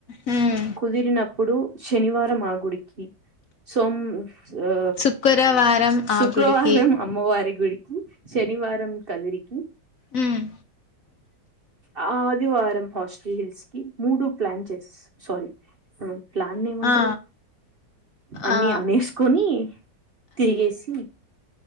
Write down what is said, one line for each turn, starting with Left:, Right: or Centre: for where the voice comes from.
Left: మ్మ్
Right: కుదిరినప్పుడు శనివారం ఆగుడికి సోమ్ ఆ
Left: శుక్రవారం
Right: సు
Left: ఆ
Right: శుక్లవారం
Left: గుడికి
Right: అమ్మవారికి గుడికి శనివారం కదిరికి
Left: మ్మ్
Right: ఆ ఆదివారం హాస్టల్ హిల్స్ కి మూడు ప్లాన్ చేయ్ సారీ ప్లాన్ని ఏమంటరు
Left: ఆ
Right: అన్ని
Left: ఆ
Right: అనేసుకొని తిరిగేసి